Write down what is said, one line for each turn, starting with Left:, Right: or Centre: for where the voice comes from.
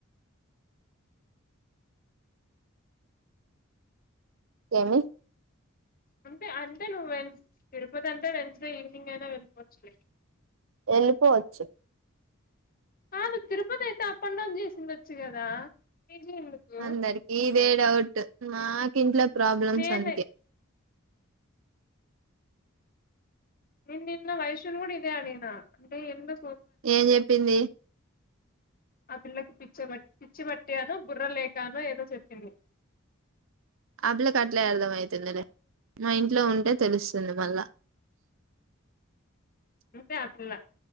Right: ఏమి
Left: అంటే అంటే నువ్వు వె తిరుపతి అంటే వెన్స్డే ఈవినింగ్ అయిన వెళ్ళిపోవచ్చులే
Right: ఎళ్ళిపోవచ్చు
Left: ఆ తిరుపతి అయితే అప్ అండ్ డౌన్ చేసిండొచ్చు కదా పీజీ ఎందుకు
Right: అందరికి ఇదే డౌట్ ద నా కింట్లో ప్రాబ్లమ్స్
Left: నేనే
Right: అందుకే
Left: నేను నిన్న వైషును కూడా ఇదే అనినా అంటే ఎందు
Right: ఏం జెప్పింది
Left: ఆ పిల్లకి పిచ్చ బ పిచ్చిబట్టిను బుర్ర లేకాను ఏదో చెప్పింది
Right: అ పిల్లకు అట్లే అర్థం అయితుందిలే మా ఇంట్లో ఉంటే తెలుసు తింది మల్ల
Left: అంతే ఆ పిల్ల